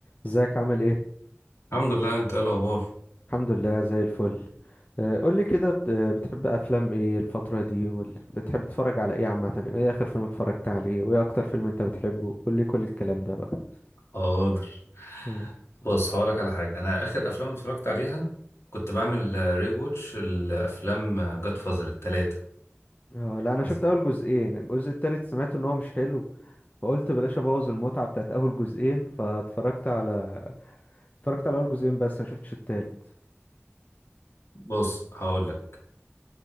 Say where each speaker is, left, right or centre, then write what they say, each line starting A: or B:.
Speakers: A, on the left (about 35°); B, on the left (about 65°).
A: ازيك عامل ايه؟
B: الحمد لله انت ايه الاخبار
A: الحمد لله زي الفل آه، قولي كده بت- آه، بتحب افلام ايه الفترة دي وبتحب تتفرج على ايه عامة وايه اخر فيلم اتفرجت عليه وايه اكتر فيلم انت بتحبه قولي كل الكلام ده بقى
B: حاضر
A: مم.
B: بص هقولك على حاجة أنا آخر أفلام اتفرجت عليها كنت بعمل ري ووتش الأفلام جاد فازر التلاتة
A: اه لا انا
B: بس-
A: شفت اول جزئين الجزء التالت سمعت ان هو مش حلو فقلت بلاش ابوظ المتعة بتاعت اول جزئين فاتفرجت على اتفرجت على اول جزئين بس ما شفتش التالت
B: بص هقولك